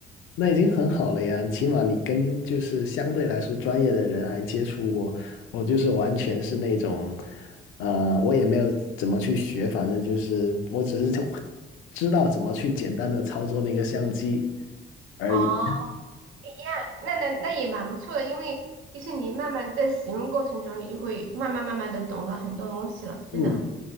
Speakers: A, on the left; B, on the right.
A: 那已经很好了呀，起码你跟就是相对来说专业的人还接触过，我就是完全是那种，呃，我也没有怎么去学，反正就是我只是就知道怎么去简单的操作那个相机而已。
B: 哦一样，那那那也蛮不错的，因为就是你慢慢在使用过程中，你就会慢慢慢慢的懂得很多东西了，真的。
A: 嗯，